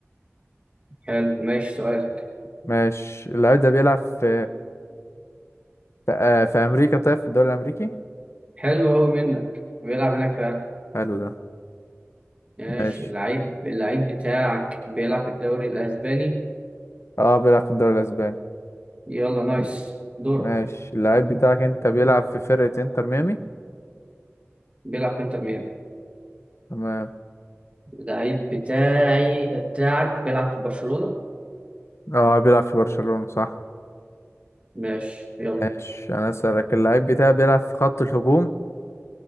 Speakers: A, on the right; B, on the left.
A: حلو ماشي سؤالك
B: ماشي اللعيب ده بيلعب في ف- آه، في امريكا طيب في الدوري الامريكي
A: حلو أوي منك بيلعب هناك فعلا
B: حلو ده
A: ماشي
B: ماشي
A: اللعيب اللعيب بتاعك بيلعب في الدوري الأسباني
B: اه بيلعب في الدوري الاسباني
A: يلا نايس دور
B: ماشي اللعيب بتاعك انت بيلعب في فرقة انتر ميامي
A: بيلعب في انتر ميامي
B: تمام
A: اللعيب بتاعي بتاعك بيلعب في برشلونة
B: اه بيلعب في برشلونة صح
A: ماشي يلا
B: ماشي انا اسالك اللعيب بتاعي بيلعب في خط الهجوم